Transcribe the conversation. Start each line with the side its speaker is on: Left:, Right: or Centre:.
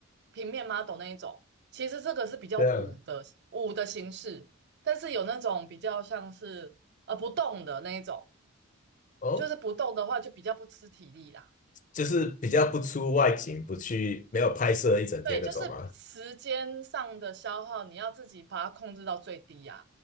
Right: 平面 model 那一种，其实这个是比较舞的舞的形式，
Left: 这样
Right: 但是有那种比较像是呃不动的那一种，
Left: 哦，
Right: 就是不动的话就比较不吃体力啦。
Left: 就是比较不出外景，不去没有拍摄一整天那种吗？
Right: 对，就是时间上的消耗，你要自己把它控制到最低呀、